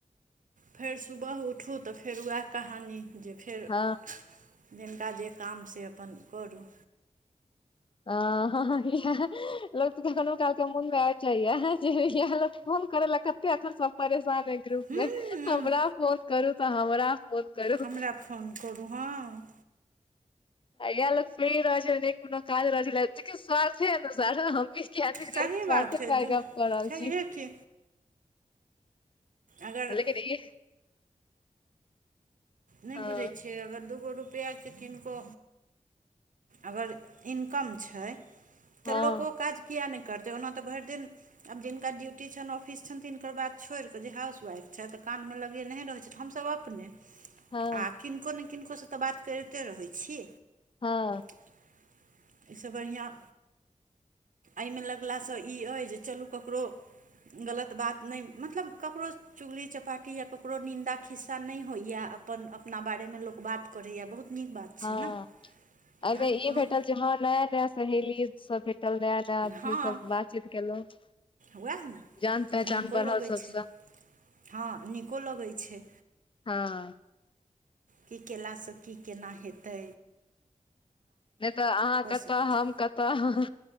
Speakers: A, on the right; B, on the left.
A: फेर सुबह उठू तऽ, फेर उएह कहानी। जे फेर
B: हँ
A: जिनका जे काम से अपन करू।
B: आ। ह -ह ई <unintelligible> लोक कखनो काल के मोन मे आइब जाइया जे येह लोग फोन करे लए क। अखन सब परेशान हय ग्रुप
A: हूँ
B: मे हमरा फोन करू तऽ, हमरा फोन। करू
A: हमरा फोन करू हँ।
B: आ इएह लोक फ्री रह छै, नइ कोनो काज रहै छलये ची की स्व्थे अनुसार हमी। किहेत घिचरहि
A: सही बात
B: स्वाथे
A: छै
B: पर आई
A: दुन
B: गप कऽ रहल
A: छैहे
B: छी, <unintelligible>
A: की अगर <inaudible>
B: लेकिन ई
A: नहि
B: हँ
A: बुझै छियै, अगर दूगो रुपया के किनको। अगर इनकम छई, तऽ
B: हँ
A: लोको ओ काज किया नइ करतै, ओना तऽ भरि दिन आब जिनका ड्यूटी छनि, ऑफिस छनि तिनकर बाद छोड़िक के, जे हाउस वाइफ छ तऽ कान मे लगे नहि रहैत, छयत हमसभ अपने
B: हँ
A: आ किनको ने किनकोसँ तऽ, बात करिते रहै छी।
B: हँ
A: <unintelligible> एहिसँ बढ़िआँ एहिमे लगलासँ ई अइ जे चलू ककरो गलत बात नइ मतलब ककरो चुगली चपाटी या ककरो निन्दा खिस्सा नहि होइए अपन अपना बारेमे लोग बात करैए बहुत नीक बात छै
B: हँ
A: ने
B: अमे
A: एँ कोनो
B: ई भेटल जे हँ नया - नया सहेली सब भेटल रेहा। अथी
A: हँ
B: सब बातचीत केलहु <unintelligible>
A: उएह ने
B: जान पहचान
A: आ नीको
B: बढ़ल
A: लगै
B: सब
A: छै
B: स
A: हँ नीको लगैत छै,
B: हँ
A: की केला स की केना हेते।
B: नय तऽ, अहाँ कतऽ,
A: सकैत
B: हम कतऽ,